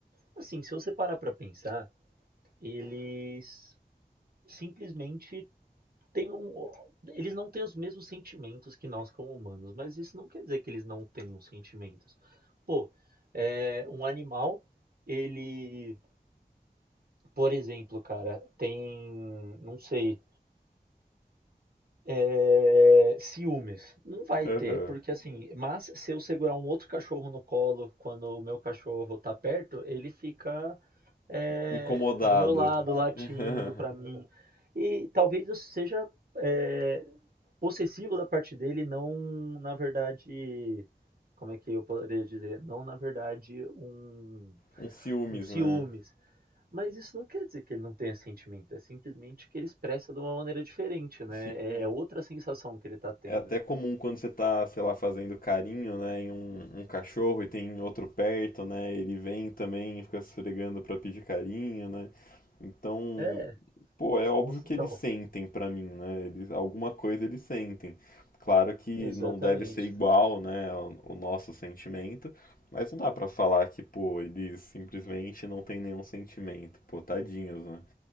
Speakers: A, on the right; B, on the left.
A: Assim, se você parar pra pensar, eles simplesmente têm um. Eles não têm os mesmos sentimentos que nós como humanos, mas isso não quer dizer que eles não tenham sentimentos. Pô, é, um animal, ele, por exemplo, cara, tem, não sei, É, ciúmes. Não vai
B: Aham.
A: ter, porque assim, mas se eu segurar um outro cachorro no colo quando o meu cachorro tá perto, ele fica é,
B: Incomodada.
A: do meu lado, latindo
B: Aham.
A: pra mim. E talvez eu seja é, possessivo da parte dele, não, na verdade, como é que eu poderia dizer? Não, na verdade, um,
B: Um ciúmes,
A: um ciúmes.
B: né?
A: Mas isso não quer dizer que ele não tenha sentimento, é simplesmente que ele expressa de uma maneira diferente, né?
B: Sim.
A: É é outra sensação que ele tá tendo.
B: É até comum quando você tá, sei lá, fazendo carinho, né, em um, um cachorro e tem outro perto, né, ele vem também e fica se esfregando pra pedir carinho, né? Então,
A: É,
B: pô, é óbvio
A: com
B: que
A: Então,
B: eles sentem pra mim, né? Eles, alguma coisa eles sentem. Claro que
A: exatamente.
B: não deve ser igual, né, o, o nosso sentimento, mas não dá pra falar que, pô, eles simplesmente não têm nenhum sentimento, pô, tadinhos, né?